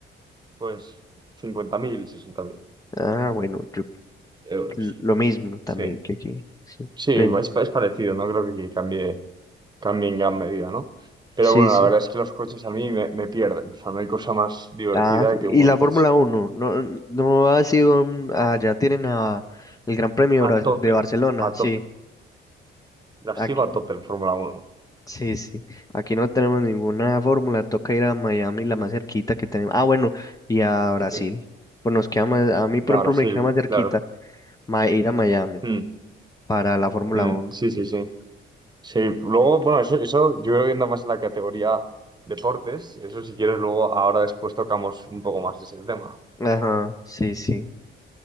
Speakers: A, on the right; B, on the left.
A: Pues 50.000, 60.000
B: Ah, bueno, yo-
A: euros.
B: lo mismo también
A: Sí.
B: que aquí. Sí,
A: Sí,
B: Pe-
A: es, es parecido, no creo que cambie, cambie en gran medida, ¿no? Pero
B: sí.
A: bueno,
B: sí.
A: la verdad es que los coches a mí me, me pierden. O sea, no hay cosa más divertida
B: Ah, sí.
A: que
B: y
A: un buen
B: la
A: coche.
B: Fórmula Uno no, no ha sido, un- ah, ya tienen a, el Gran Premio de Bra-
A: A tope,
B: de Barcelona,
A: a
B: sí.
A: tope. La
B: aquí
A: sigo a tope en Fórmula uno,
B: Sí, sí. Aquí no tenemos ninguna fórmula. Toca ir a Miami, la más cerquita que tenemos. Ah, bueno, y a Brasil.
A: Sí.
B: Pues nos queda más, a mí, por
A: Y ahora
B: ejemplo,
A: sí,
B: me queda más cerquita
A: claro.
B: ma- ir a Miami
A: Mm,
B: para la Fórmula
A: mm,
B: Uno.
A: sí, sí, sí. Sí, luego, bueno, eso, eso yo creo que anda más en la categoría deportes. Eso si quieres, luego ahora después tocamos un poco más ese tema,
B: Ajá, sí, sí.